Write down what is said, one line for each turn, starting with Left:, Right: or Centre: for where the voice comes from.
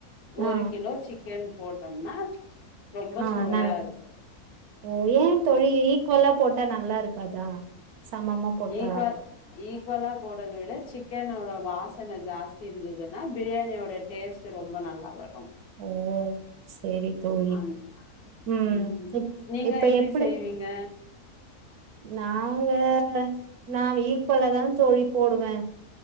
Left: ஒரு
Right: ஆ
Left: கிலோ சிக் கன் போட்டோம்னா ரொம்ப
Right: ஆ
Left: சுவையா
Right: நல்
Left: இருக்கும்
Right: ஓ ஏன் தோழி ஈக்குவலா போட்டா நல் நல்லாருக்காதா சமமா போட்டா
Left: ஈக்வல் ஈக்குவலா போடுறத விட சிக்கனோட வாசன ஜாஸ்தி இருந்ததுன்னா பிரியாணியோட டேஸ்ட் ரொம்ப நல்லா வரும்
Right: ஓ சேரி தோழி
Left: ஆமா
Right: உம்
Left: ம்
Right: இப்
Left: நீங்க
Right: இப்ப
Left: எப்டி
Right: எப்பிடி
Left: செய்வீங்க
Right: நாங்க நான் ஈக்குவலா தான் தோழி போடுவேன்